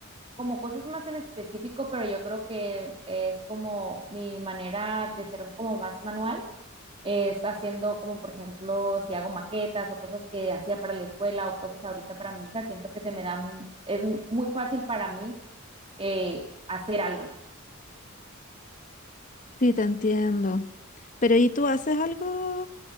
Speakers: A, on the right; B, on the left.
A: como cosas más en específico, pero yo creo que es como mi manera de ser como más manual, es haciendo como por ejemplo si hago maquetas o cosas que hacía para la escuela o cosas ahorita para mi hija, siento que se me da, mu- es muy fácil para mí eh, hacer algo.
B: Sí, te entiendo. Pero ¿y tú haces algo